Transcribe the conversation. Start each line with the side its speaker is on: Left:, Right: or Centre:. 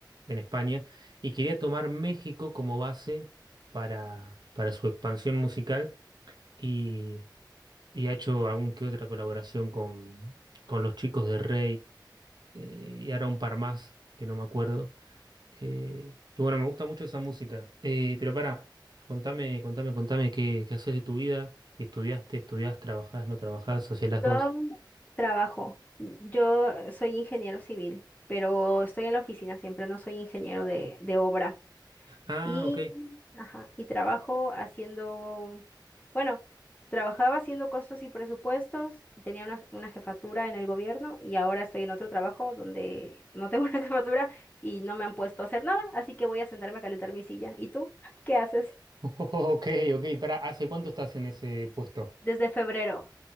Right: en España, y quería tomar México como base para, para su expansión musical y, y ha hecho algún que otra colaboración con, con los chicos de Reid eh, y ahora un par más que no me acuerdo. Eh, y bueno, me gusta mucho esa música, Eh, pero para contame, contame, contame qué, qué haces de tu vida. si ¿Estudiaste, estudiás, trabajás, no trabajás, hacés las
Left: Yo
Right: dos?
Left: trabajo. Yo soy ingeniero civil, pero estoy en la oficina siempre, no soy ingeniero de, de obra.
Right: Ah,
Left: Y,
Right: ok. <laughs>
Left: ajá, y trabajo haciendo, bueno, trabajaba haciendo costos y presupuestos, tenía una, una jefatura en el gobierno y ahora estoy en otro trabajo donde no tengo <laughs> una jefatura y no me han puesto a hacer nada, así que voy a sentarme a calentar mi silla. ¿Y tú? <laughs> ¿Qué haces?
Right: Ok, ok, para, ¿hace cuánto estás en ese puesto?
Left: Desde febrero.